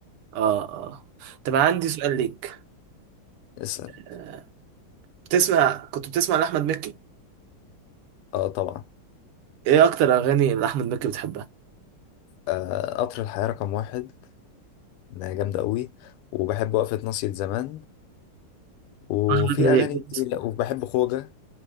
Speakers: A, on the right (about 80°); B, on the left (about 85°).
A: اه اه طب أنا عندي سؤال ليك
B: اسأل
A: آه، بتسمع كنت بتسمع لاحمد مكي
B: اه طبعا
A: ايه اكتر اغاني اللي احمد مكي بتحبها
B: آه، قطر الحياة رقم واحد إنها جامدة قوي وبحب وقفة ناصية زمان وفي
A: أحمد مكي.
B: أغاني كتير وبحب خوجة